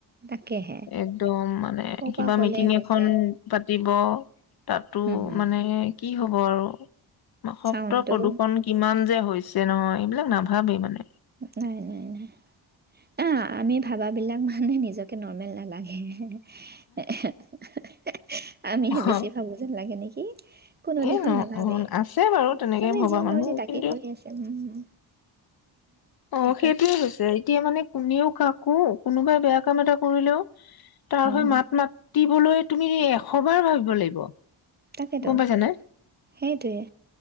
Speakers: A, on the right; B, on the left.
A: তাকেহে
B: একদম মানে
A: ক'ৰ
B: কিবা
A: পৰা ক'লে
B: মিটিং
A: গৈছে
B: এখন পাতিব তাতো
A: উম, উম।
B: মানে কি হব আৰু শব্দ
A: চাউণ্ডটো
B: প্ৰদূৰ্ষন কিমান যে হৈছে যেন এইবিলাক নাভাবেই মানে।
A: নাই, নাই, নাই, এ আমি ভাবা বিলাক মানে নিজকে নৰ্মেল নালাগে। হে হে হে হে আমিহে বেছি
B: অ
A: ভাবো যেন লাগে নেকি, কোনো
B: এই
A: দেখোন
B: ন
A: নাভাবেই,
B: অ আছে বাৰু তেনেকে
A: চবেই
B: ভবা
A: যি
B: মানুহ
A: মৰজি তাকে
B: কিন্তু
A: কৰি আছে, উম
B: অ,
A: তাকেতো
B: সেইটোয়ে হৈছে। এতিয়া মানে কোনেও কাকো, কোনোবাই বেয়া কাম এটা কৰিলেও তাৰ
A: উম
B: হৈ মাত মাত তিবলৈ তুমি এশ বাৰ ভাবিব লাগিব।
A: তাকেতো
B: গম পাইছা নে
A: সেইটোৱে